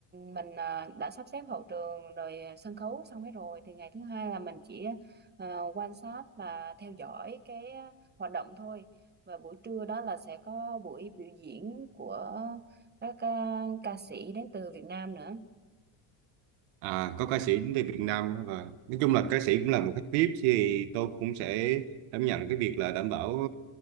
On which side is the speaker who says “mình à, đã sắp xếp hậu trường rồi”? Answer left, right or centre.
Right